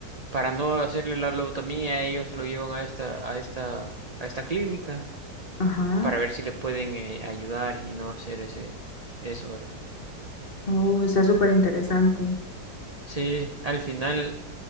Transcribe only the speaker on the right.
Para no hacerle la lobotomía, ellos lo llevan a esta, a esta, a esta clínica
para ver si le pueden eh, ayudar y no hacer ese, eso, ¿verdad?
Sí, al final